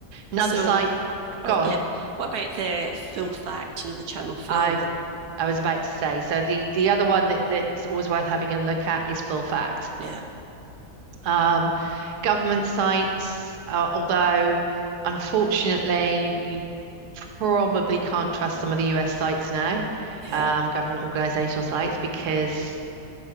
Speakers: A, on the right; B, on the right.
A: Another
B: So,
A: site,
B: oh,
A: go on.
B: yeah. What about the full fact, you know, the Channel 4
A: I
B: one?
A: I was about to say. So the the other one that, that's always worth having a look at is Full Fact.
B: Yeah.
A: Um, government sites, uh, although unfortunately you probably can't trust some of the US sites now,
B: Yeah.
A: um, government organizational sites, because